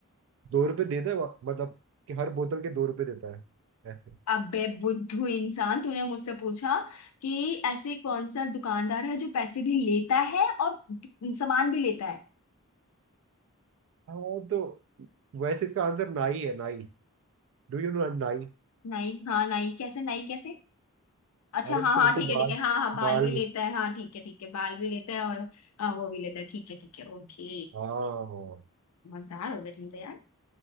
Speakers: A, on the right (about 60°); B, on the left (about 80°).
A: दो रुपए देता है वा- मतलब कि हर बोतल के दो रुपए देता है ऐसे
B: अबे बुद्धू इंसान तूने मुझसे पूछा कि ऐसी कौन सा दुकानदार है जो पैसे भी लेता है और सामान भी लेता है
A: हाँ तो वैसे इसका आंसर नाई है nine Do you know nine
B: नहीं हाँ नहीं कैसे नहीं कैसे अच्छा
A: अरे
B: हाँ
A: तुम
B: हाँ
A: उसको
B: ठीक है
A: बाल
B: ठीक है हाँ हाँ बाल
A: बाल
B: भी
A: भी
B: लेता है हाँ ठीक है ठीक है बाल भी लेता है और हाँ, वो भी लेता है ठीक है ठीक है ओके
A: हाँ
B: समझदार हो गए तुम तो यार